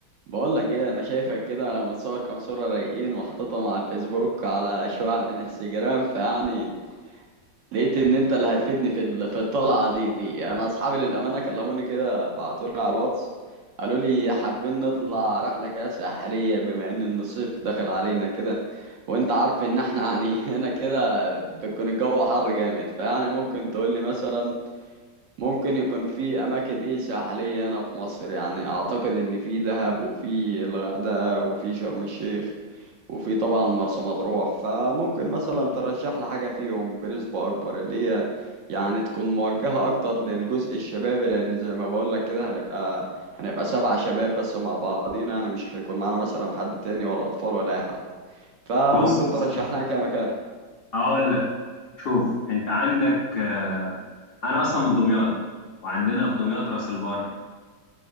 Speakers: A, on the right (about 80°); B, on the left (about 65°).
A: بقول لك ايه انا شايفك كده متصور كام صورة رايقين وحاططهم على الفيسبوك على شوية على الانستجرام فيعني لقيت ان انت اللي هتفيدني في ال- في الطلعة دي دي انا اصحابي للامانة كلموني كده بعتولي على الواتس قالوا لي حابين نطلع رحلة كده ساحلية بما ان الصيف داخل علينا كده وانت عارف ان احنا يعني <laughs> هنا كده بيكون الجو حر جامد فيعني ممكن تقول لي مثلا ممكن يكون في اماكن ايه ساحليه هنا في مصر يعني اعتقد ان في دهب وفي الغردقه وفي شرم الشيخ وفي طبعا مرسى مطروح فممكن مثلا ترشح لي حاجه فيهم بنسبه اكبر اللي هي يعني تكون موجهه اكتر للجزء الشبابي لان زي ما بقول لك كده هنبقى هنبقى سبع شباب بس مع بعضينا يعني مش هيكون معانا مثلا حد تاني ولا اطفال ولا اي حد فممكن
B: بص يا
A: ترشح
B: سيدي،
A: لنا كده مكان
B: هقول لك شوف انت عندك آه، انا اصلا من دمياط وعندنا في دمياط راس البر